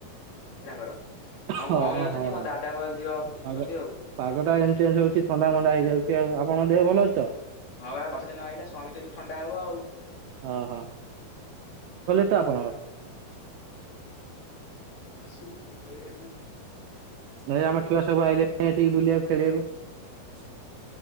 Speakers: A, on the left; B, on the right.
A: <inaudible> ତାଙ୍କର ଆଉ
B: ହଁ
A: ମୋ ଭଉଣୀ
B: ହଁ
A: ଅଛନ୍ତି
B: ହଁ ହଁ
A: ମୋ ଦାଦାଙ୍କ ଝିଅ ଅଛନ୍ତି
B: ପାଗ
A: ଆଉ।
B: ପାଗଟା ଏମିତି ଚେଞ୍ଜ ହଉଛି ଥଣ୍ଡା ମଣ୍ଡା ହେଇଯାଉଛି ଆଉ, ଆପଣଙ୍କ ଦେହ ଭଲ ଅଛି ତ?
A: ହଁ ବା ବର୍ଷା ଦିନ ଆଇଲା ସମିତିଙ୍କି ତ ଥଣ୍ଡା ହବ ଆଉ।
B: ଓହୋ <inaudible> ଆପଣଙ୍କର।
A: ଶୁଭୁନି <inaudible>
B: ନାଇଁ ଆମର ଛୁଆ ସବୁ ଆଇଲେଣି ଏଠିକି ବୁଲିବାକୁ ଖେଳିବାକୁ।